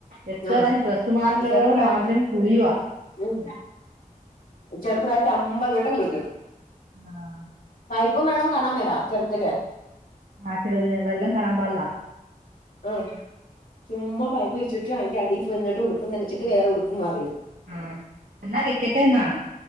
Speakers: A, on the right; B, on the left.
A: എത്ര
B: ആഹ്
A: പ്രാവശ്യം പ്രസ്സ് മാറലോ
B: ചെറുപ്രായത്തി
A: മാറലും കുളിയവാ
B: ഉം ചെറുപ്രായത്തി അമ്പത് വട്ടം കുളിക്കും
A: ആഹ്
B: പൈപ്പും വെള്ളും കാണാൻ മേല ചെറുതില്
A: ആഹ് ചെറ്യേ വെള്ളം കണാൻ പാടില
B: ആഹ് ചുമ്മാ പൈപ്പ് പിരിച്ചിട്ടും അയിന്റെ അടിയിൽ പോന്നിട്ട് ഉടുപ്പ് നനച്ചിട്ട് വേറെ ഉടുപ്പ് മാറിടും
A: ആഹ് എന്നാ വെക്കട്ടെന്നാ